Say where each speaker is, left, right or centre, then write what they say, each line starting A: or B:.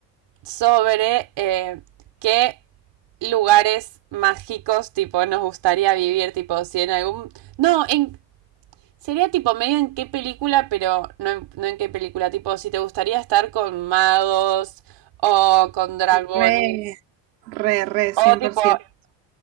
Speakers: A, on the right; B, on the right.
A: sobre eh, qué lugares mágicos, tipo, nos gustaría vivir, tipo, si en algún... No, en... Sería tipo medio en qué película, pero no en, no en qué película, tipo, si te gustaría estar con magos o con dragones
B: re, re, re, cien
A: o tipo,
B: por ciento
A: o,